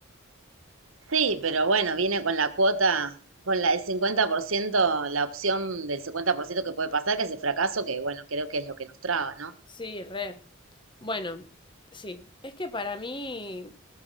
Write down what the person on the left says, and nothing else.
Sí, re. Bueno, sí, es que para mí